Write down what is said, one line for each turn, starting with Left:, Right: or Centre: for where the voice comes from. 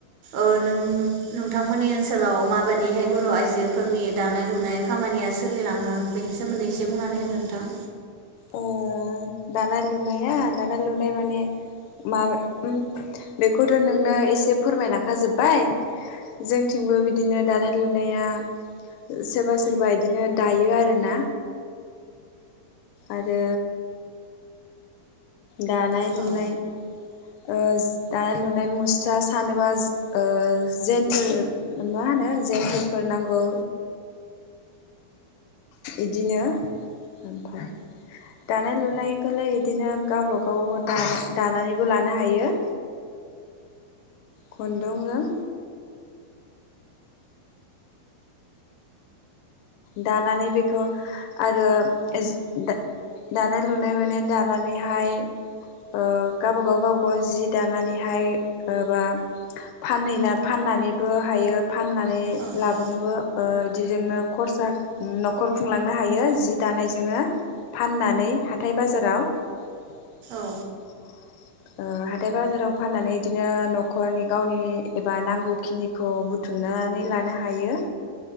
Right: ओ नों नोंथांमोननि ओनसोलाव माबायदिहाय बर' आइजोफोरनि दानाय लुनाय खामानिया सोलिलाङो बेनि सोमोन्दै एसे बुंनानै होदो नोंथां।
Left: अ दानाय लुनाया दानाय लुनाय माने मा उम बेखौथ' नोंनो एसे फोरमायलांखाजोब्बाय। जोंथिंबो बिदिनो दानाय लुनाया सोरबा सोरबा इदिनो दायो आरो ना। आरो दानाय लुनाय
Right: औ
Left: ओ दानाय लुनाय मुस्रा सानोबा ओ जेन्थोल मा होनो जेन्थोलफोर नांगौ। इदिनो ओमफाय दानाय लुनायखोलाय इदिनो गावबा गाव दा- दानानैबो लानो हायो। खुन्दुंजों दानानै बेखौ आरो एजि दा-दानाय लुनाय माने दानानैहाय ओ गावबागाव गावबागाव जि दानानैहाय ओ बा फानहैना फाननानैबो हायो। फाननानै
Right: औ
Left: लाबोनोबो ओ इदिजोंनो खरसा न'खर खुंलांनो हायो जि दानायजोंनो फाननानै हाथाइ बाजाराव। <unintelligible>
Right: औ
Left: ओ हाथाइ बाजाराव फाननानै इदिनो न'खरनि गावनि एबा नांगौखिनिखौ बुथुमनानै लानो हायो।